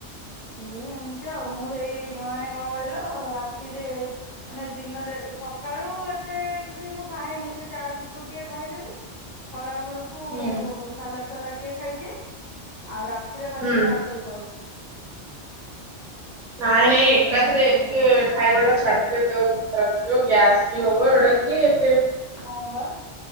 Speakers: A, on the left; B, on the right.
A: ସେଇ ଏମିତି ଆଉ ମୁଁ ସେଇ ମାନେ କଁ କହିଲ ରାତିରେ। ମାନେ ଦିନରେ ସକାଳୁ ଏତେ କିଛି ମୁଁ ଖାଏନି ସେଇ ଚା, ବିସ୍କୁଟ ଟିକେ ଖାଇଦେବି। ଖରା ବେଳୁକୁ।
B: ହୁଁ।
A: ଉଁ ସାଲାଡ ଫାଲାଡ ଟିକେ ଖାଇଦିଏ ଆଉ ରାତିରେ ଖାଲି
B: ହୁଁ।
A: ଗୋଟେ ଆପେଲ ଖାଉଥିଲି।
B: ନାଇଁ ନାଇଁ ଏକାଥରେ
A: ଏମିତିକା
B: ଏତେ। ଖାଇବା ଟା ଛାଡିଦେବେ ଦେହ ଖରାପ ହବ୍ ଗ୍ୟାସ ବି ହବ ଏଇଟା କିଏ ଏତେ।
A: ହଁ ବା।